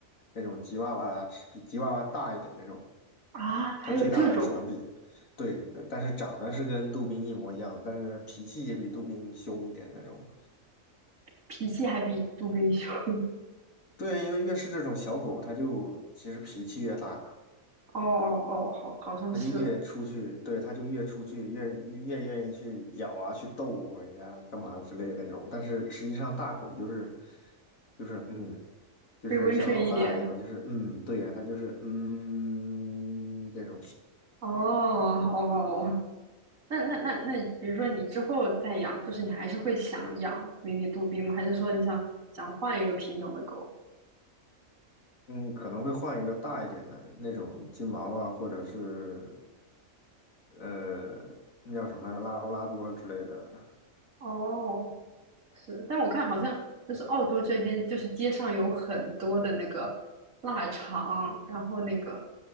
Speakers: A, on the left; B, on the right.
A: 那种吉娃娃吃比吉娃娃大一点那种，
B: 啊，还有这种
A: 它最大的只能比，对，呃但是长得是跟杜宾一模一样，但是脾气也比杜宾凶一点那种。
B: 脾气还比杜宾凶。<laughs>
A: 对，因为越是这种小狗，它就其实脾气越大，
B: 哦哦哦，好好像是
A: 他就越出去，对，他就越出去，越越愿意去咬啊，去逗人家干嘛之类的那种。但是实际上，大狗就是就是嗯，就是像老大一样，
B: 会温顺一点。
A: 就是嗯，对呀，他就是嗯这种，
B: 哦哦，那那那那，比如说你之后再养，就是你还是会想养迷你杜宾吗？还是说你想想换一个品种的狗？
A: 嗯，可能会换一个大一点的那种金毛啊，或者是呃那叫什么来，拉布拉多之类的。
B: 哦，是，但我看好像就是澳洲这边，就是街上有很多的那个腊肠，然后那个